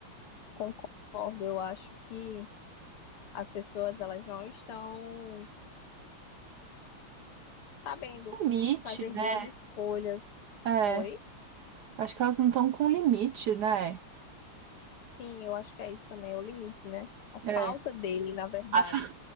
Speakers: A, on the left; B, on the right.
A: concordo. Eu acho que as pessoas elas não estão sabendo
B: Limite,
A: fazer
B: né?
A: boas escolhas.
B: É,
A: Oi?
B: acho que elas não estão com limite, né?
A: Sim, eu acho que é isso também, é o limite, né? A falta
B: É.
A: dele, na verdade.
B: A fa-